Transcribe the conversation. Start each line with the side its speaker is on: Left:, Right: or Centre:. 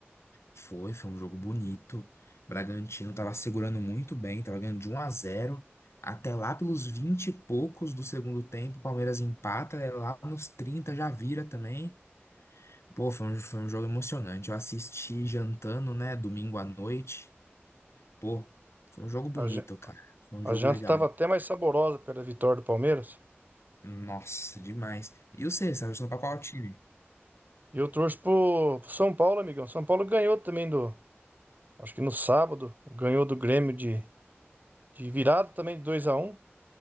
Left: Foi, foi um jogo bonito. Bragantino tava segurando muito bem, tava ganhando de um a zero Até lá pelos 20 e poucos do segundo tempo, o Palmeiras empata, é lá nos 30 já vira também. Pô, foi um, foi um jogo emocionante. Eu assisti jantando, né, domingo à noite. Pô, foi um jogo bonito,
Right: A, ja-
Left: cara. Foi um jogo
Right: a janta
Left: legal.
Right: tava até mais saborosa por causa da vitória do Palmeiras.
Left: Nossa, demais. E você, você tá torcendo pra qual time?
Right: E eu torço pro, pro São Paulo, amigão. São Paulo ganhou também do, acho que no sábado, ganhou do Grêmio de, de virada também de 2 a um